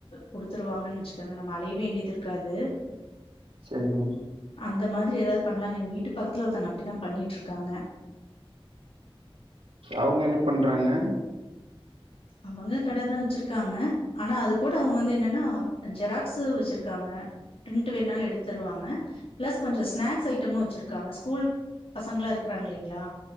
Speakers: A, on the left; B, on the right.
A: குடுத்துருவாங்கன்னு வச்சுக்கோங்க நம்ம அலைய வேண்டியது இருக்காது
B: சரிங்க
A: அந்த மாதிரி ஏதாவது பண்ணலாங்க எங்க வீட்டு பக்கத்துல ஒருத்தவங்க அப்டிதா பண்ணிட்டு இருக்காங்க
B: ஃபர்ஸ்ட்டு அவ்ங்க என்ன பண்றாங்க
A: அவங்க கடை தா வச்சிருக்காங்க ஆனா அது கூட அவங்க வந்து என்னன்னா இந்த ஜெராக்ஸு வச்சிருக்காங்க பிரிண்ட் வேணாலு எடுத்து தருவாங்க பிளஸ் கொஞ்சோ ஸ்நாக்ஸ் ஐட்டமு வச்சிருக்காங்க ஸ்கூல் பசங்களா இருக்கறாங்க இலைங்களா